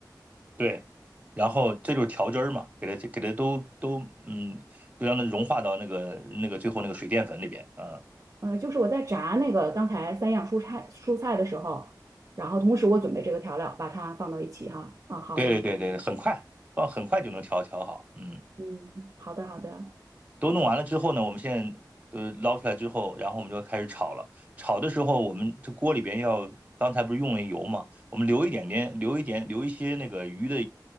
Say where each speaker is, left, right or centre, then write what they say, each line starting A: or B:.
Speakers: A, on the right; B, on the right.
A: 对，然后这就是调汁儿嘛，给它给它都都嗯，都让它融化到那个那个最后那个水淀粉里边，嗯，
B: 嗯，就是我在炸那个刚才三样蔬菜蔬菜的时候，然后同时我准备这个调料，把它放到一起哈。啊，好，
A: 对对对对，很快，放很快就能调调好，嗯。
B: 嗯，好的好的。
A: 都弄完了之后呢，我们现在呃捞出来之后，然后我们就开始炒了。炒的时候，我们这锅里边要刚才不是用了油嘛，我们留一点点，留一点，留一些那个鱼的，